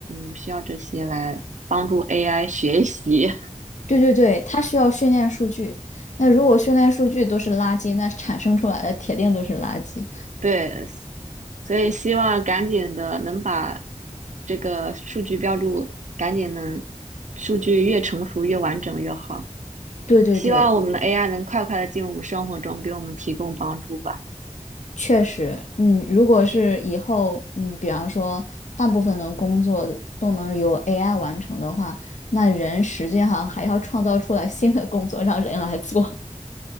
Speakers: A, on the right; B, on the left.
A: 嗯需要这些来帮助 AI 学习，
B: 对对对，它需要训练数据。那如果训练数据都是垃圾，那产生出来的铁定都是垃圾。
A: <laughs> 对，所以希望赶紧的能把这个数据标注赶紧能数据越成熟越完整越好，
B: 对对对，
A: 希望我们的 AI 能快快的进入我们生活中，给我们提供帮助吧。
B: 确实，嗯，如果是以后，嗯，比方说大部分的工作都能由 AI 完成的话，那人实际上还要创造出来新的工作让人来做。